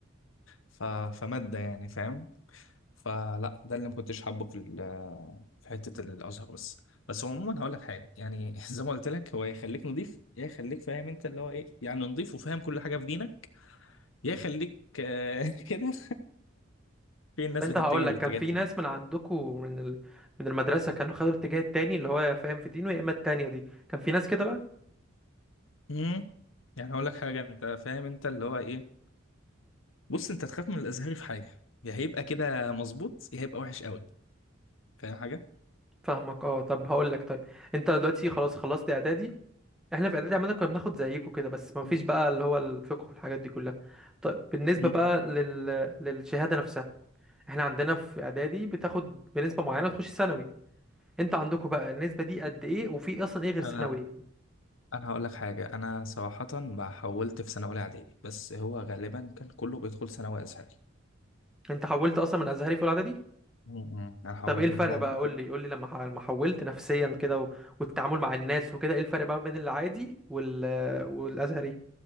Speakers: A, on the left; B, in the centre.
A: ف... فمادة يعني فاهم فلا ده اللي ما كنتش حابه في ال... في حتة الأزهر بس بس هو عموما هقول لك حاجة يعني <laughs> زي ما قلت لك هو يخليك نضيف يا يخليك فاهم أنت اللي هو إيه يعني نضيف وفاهم كل حاجة في دينك يا يخليك آه، <laughs> كده في الناس
B: طب انت
A: بتتجه
B: هقول لك
A: للاتجاه
B: كان في
A: ده
B: ناس من عندكم من ال... من المدرسة كانوا خدوا الاتجاه التاني اللي هو فاهم في دينه يا اما التانية دي كان في ناس كده بقى
A: امم يعني هقول لك حاجه انت فاهم انت اللي هو ايه بص انت تخاف من الازهري في حاجه يا هيبقى كده مظبوط يا هيبقى وحش قوي فاهم حاجه
B: فاهمك اه طب هقول لك طيب انت دلوقتي خلاص خلصت اعدادي احنا في اعدادي عمالة كنا بناخد زيكم كده بس ما
A: مم.
B: فيش بقى اللي هو الفقه والحاجات دي كلها طيب بالنسبة
A: مم.
B: بقى لل... للشهادة نفسها احنا عندنا في اعدادي بتاخد بنسبة معينة تخش ثانوي انت عندكم بقى النسبة دي قد ايه وفي اصلا ايه غير ثانوي
A: انا انا هقول لك حاجه انا صراحه ما حولت في سنه اولى اعدادي بس هو غالبا كان كله بيدخل ثانوي ازهري
B: انت حولت اصلا من ازهري في اولى اعدادي
A: مم. انا حولت
B: طب ايه الفرق
A: من اولى اعدادي
B: بقى قول لي قول لي لما ح- لما حولت نفسيا كده و... والتعامل مع الناس وكده ايه الفرق بقى بين العادي وال والازهري